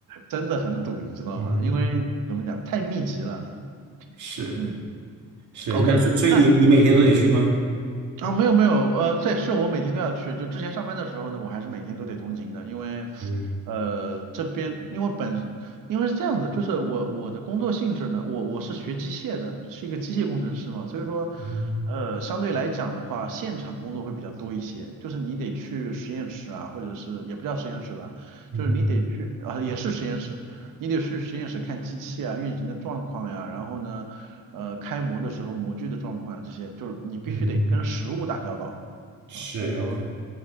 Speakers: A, on the right; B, on the right.
A: 真的很堵，你知道吗？
B: 嗯，
A: 因为怎么讲，太密集了。
B: 是
A: 嗯
B: 是，
A: ，OK，
B: 那所以所以你你每天都得去吗？
A: 那啊没有没有，呃，对，是我每天都要去。就之前上班的时候呢，我还是每天都得通勤的，因为
B: 嗯
A: 呃这边因为本因为是这样子，就是我我的工作性质呢，我我是学机械的，是一个机械工程师嘛，所以说
B: 嗯
A: 呃相对来讲的话，现场工作会比较多一些，就是你得去实验室啊，或者是也不叫实验室吧，
B: 嗯哼
A: 就是你得去啊、也是实验室，你得去实验室看机器啊、运行的状况呀，然后呢，呃，开模的时候模具的状况啊，这些就是你必须得跟实物打交道
B: 嗯哼是
A: 啊，所以说。
B: OK，